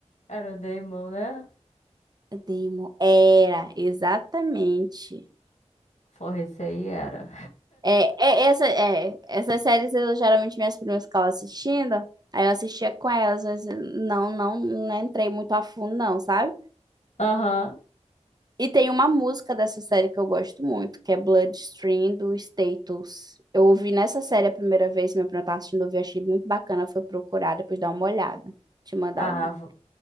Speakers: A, on the left; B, on the right.
A: Era o Daemon, né?
B: Demo. Era, exatamente.
A: Porra, isso aí era.
B: É, é, essa, é, essas séries eu geralmente minhas primas ficavam assistindo, aí eu assistia com elas, mas eu não, não, não entrei muito a fundo, não, sabe?
A: Aham.
B: E tem uma música dessa série que eu gosto muito, que é Bloodstream do Status. Eu ouvi nessa série a primeira vez, meu primo tava assistindo, eu ouvi, achei muito bacana, foi procurar, depois dar uma olhada. Te mandar
A: Ah,
B: o nome.
A: vou,